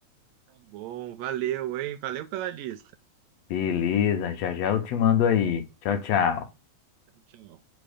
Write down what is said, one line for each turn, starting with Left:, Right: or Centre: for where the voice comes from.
Right: Tá bom, valeu, hein? Valeu pela lista.
Left: Beleza, já já eu te mando aí. Tchau, tchau.
Right: Tchau, tchau.